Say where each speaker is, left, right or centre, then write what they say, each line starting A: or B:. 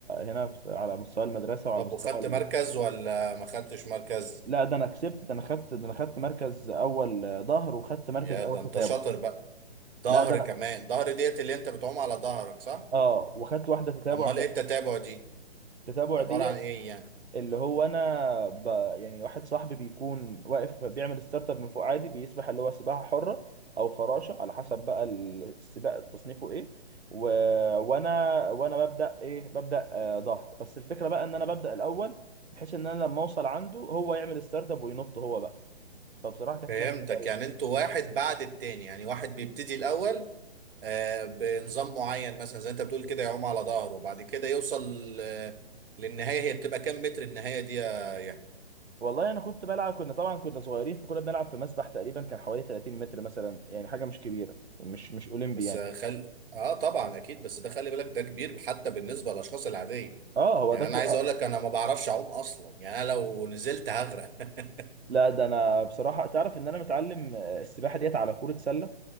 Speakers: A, on the right; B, on the right.
A: هنا في- على مستوى المدرسه وعلى
B: طب
A: مستوى
B: وخدت مركز ولا ما خدتش مركز
A: لا ده انا كسبت ده انا خدت ده انا خدت مركز اول آه، ظهر وخدت مركز
B: يا
A: اول
B: ده انت
A: تتابع
B: شاطر بقى ظهر
A: لا ده انا
B: كمان ظهر ديت اللي انت بتعوم على ظهرك صح
A: اه وخدت واحده تتابع
B: امال
A: كمان
B: ايه التتابع دي
A: التتابع
B: عبارة
A: دي
B: عن ايه يعني
A: اللي هو انا ب... يعني واحد صاحبي بيكون واقف بيعمل ستارت اب من فوق عادي بيسبح اللي هو سباحه حره او فراشه على حسب بقى ال- السباق تصنيفه ايه و... وانا وانا ببدا ايه ببدا آه ظهر بس الفكره بقى ان انا ببدا الاول بحيث ان انا لما اوصل عنده هو يعمل ستارت اب وينط هو بقى فبصراحه كانت
B: فهمتك
A: لعبه
B: يعني انتوا واحد بعد التاني يعني واحد بيبتدي الاول آه بنظام معين مثلا زي انت بتقول كده يعوم على ظهره وبعد كده يوصل آه للنهاية هي بتبقى كام متر النهاية دي يا
A: والله انا كنت بلعب كنا طبعا كنا صغيرين فكنا بنلعب في مسبح تقريبا كان حوالي 30 متر مثلا يعني حاجه مش كبيره مش مش اولمبي
B: بس
A: يعني
B: خل اه طبعا اكيد بس ده خلي بالك ده كبير حتى بالنسبه للاشخاص العاديه
A: اه هو
B: يعني
A: ده كو...
B: انا عايز
A: آه.
B: اقول لك انا ما بعرفش اعوم اصلا يعني انا لو نزلت هغرق <laughs>
A: لا ده انا بصراحه تعرف ان انا متعلم آه، السباحه ديت على كوره سله